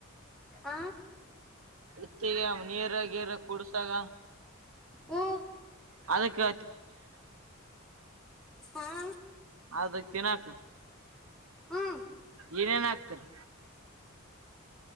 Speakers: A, in the centre; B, on the right.
A: ಹ
B: ಎತ್ತಿಗೆ ನೀರ ಗೇರ ಕುಡಸಾಗ
A: ಹ್ಞೂ
B: ಅದಕ್ಕೆ
A: ಹಾ
B: ಅದಕ್ ತಿಿನಾಕ್
A: ಹಾ
B: ಏನೇನ್ ಆಗ್ತರಿ